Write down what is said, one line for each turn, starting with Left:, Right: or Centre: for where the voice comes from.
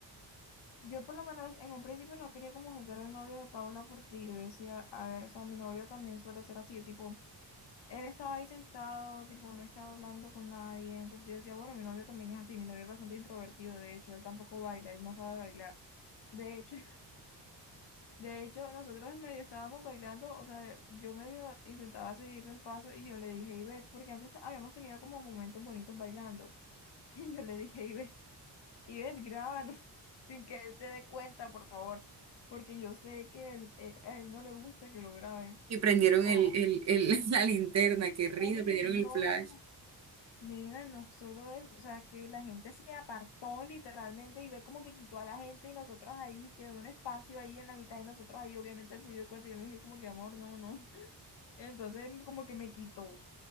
Left: Yo por lo menos en un principio no quería como juzgar al novio de Paula porque yo decía, a ver, o sea, mi novio también suele ser así, tipo, él estaba ahí sentado, tipo, no estaba hablando con nadie. Entonces yo decía, bueno, mi novio también es así, mi novio es bastante introvertido, de hecho, él tampoco baila, él no sabe bailar. De hecho, De hecho, nosotros medio estábamos bailando, o sea, yo medio intentaba seguirle el paso y yo le dije, Ivette, porque antes habíamos tenido como momentos bonitos bailando. <laughs> Y yo le dije, Ivette, Ivette, grábanos, <laughs> sin que él se dé cuenta, por favor, porque yo sé que él- eh, a él no le gusta que lo graben.
Right: Y prendieron
Left: O,
Right: el, el, el- <laughs> la linterna, qué risa,
Left: "Oh, no, no,
Right: prendieron el flash.
Left: no". no. nena, no solo eso, o sea, que la gente se apartó literalmente y ve como que quitó a la gente y nosotros ahí, quedó un espacio ahí en la mitad y nosotros ahí, obviamente él se dio cuenta y yo me dije como que amor, no, no. Entonces como que me quitó.